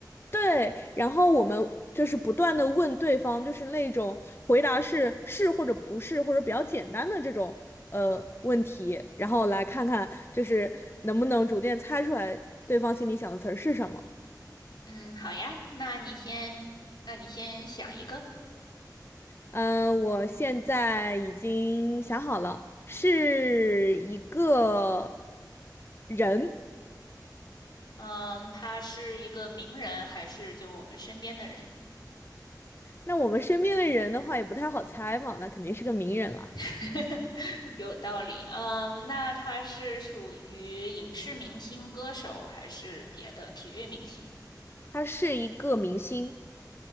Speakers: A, on the left; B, on the left.
A: 对，然后我们就是不断的问对方，就是那种回答是是或者不是，或者比较简单的这种呃问题，然后来看看就是能不能逐渐猜出来对方心里想的词儿是什么。
B: 嗯，好呀，那你先，那你先想一个。
A: 嗯、我现在已经想好了，是一个人。
B: 嗯，他是一个名人还是就我们身边的人？
A: 那我们身边的人的话也不太好猜嘛，那肯定是个名人了。
B: <laughs> 有道理。嗯，那他是属于影视明星、歌手还是别的体育明星？
A: 他是一个明星。